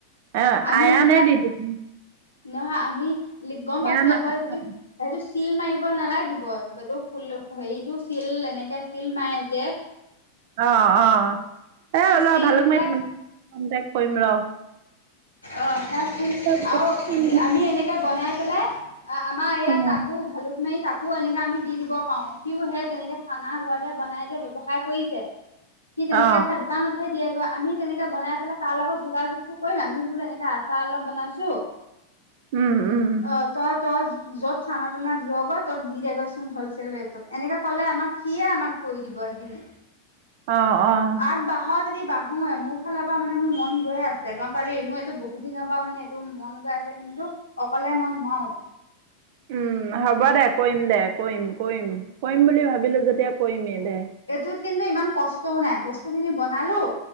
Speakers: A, on the right; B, on the left.
A: এ
B: আমি
A: আয়ানে
B: এতিয়া
A: দি দিবি
B: নহয় আমি গ'ম
A: আয়ানা
B: পাইছোঁ। আকৌ
A: আচাৰ
B: সেইটো সেইটো চিল মাৰিব নালাগিব, এইটো হেৰিতটো চিল এনেকে চিল মাৰে যে।
A: অ' অ'
B: সেইটো
A: এই ৰহ
B: চিল
A: ভালুক
B: সেইবিলাক
A: মাৰি ধনকে কণ্টেক্ট কৰিম ৰহ।
B: অ' সেইয়া ছিল
A: ঘৰতে
B: আৰু
A: চিনি
B: আমি এনেকে বনাই পেলাই। আমাৰ এইয়া
A: পাওঁ।
B: তাকো ভালুক মাৰি তাকো। তাকো এনেকে আমি দি দিব পাৰোঁ, সিও সেই তেনেকে চানা ঘৰতে বনাই যে ব্যৱসায় কৰিছে। সি তেনেকে
A: অ
B: দোকানতহে দিয়েগৈ, আমি তেনেকে বনাই পেলাই তাৰ লগত যোগাযোগ টো কৰিম আমি বোলো এনেকে আছাৰ অলপ বনাইছো,
A: উম উম
B: অ' তই তই য'ত চানা টানা দিয়গে তত দি দিদেগৈচোন হ'লচেল ৰেটত এনেকে ক'লে আমাক সিয়ে আমাক কৰি দিব সেইখিনি।
A: অ' অ'
B: তাত বাঁহৰ যদি বাহোই মোৰ ফালৰ পৰা মানে মোৰ মন গৈয়ে আছে, গ'ম পালি মোৰ এইটো বহুত দিনৰ পৰা মানে মন গৈ আছে, কিন্তু অকলে মই নোৱাৰোঁ।
A: উম, হ'ব দে কৰিম দে, কৰিম কৰিম কৰিম বুলি ভাবিলো যেতিয়া কৰিমেই দে।
B: এইটোত কিন্তু ইমান কষ্টও নাই বস্তু খিনি বনালো।